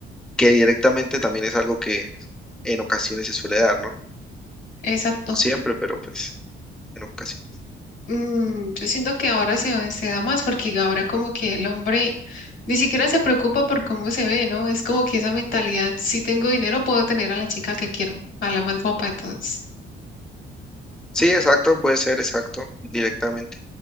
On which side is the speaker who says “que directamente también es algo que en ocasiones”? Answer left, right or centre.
Centre